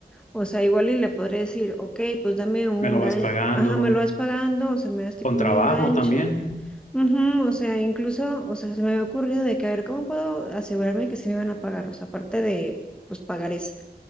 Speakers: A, in the centre; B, on the left (about 50°).
A: O sea, igual y le podré decir, ok, pues dame un
B: ¿Me
A: engaño,
B: lo vas pagando?
A: ajá, me lo vas pagando, o sea, me das tipo
B: ¿Con trabajo
A: un enganche.
B: también?
A: Ujú, o sea, incluso, o sea, se me había ocurrido de que a ver cómo puedo asegurarme que sí me van a pagar, o sea, aparte de, pues, pagarés.